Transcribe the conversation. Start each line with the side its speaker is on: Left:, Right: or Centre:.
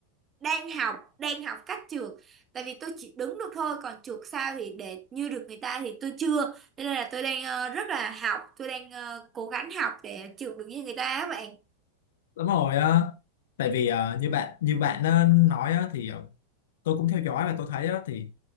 Right: đang học đang học cách trượt tại vì tôi chỉ đứng được thôi còn trượt sao thì để như được người ta thì tôi chưa cho nên là tôi đang ờ, rất là học tôi đang ờ, cố gắng học để trượt được như người ta á bạn
Left: Đúng rồi á, tại vì à, như bạn như bạn ờ, nói á, thì ờ, tôi cũng theo dõi và tôi thấy á, thì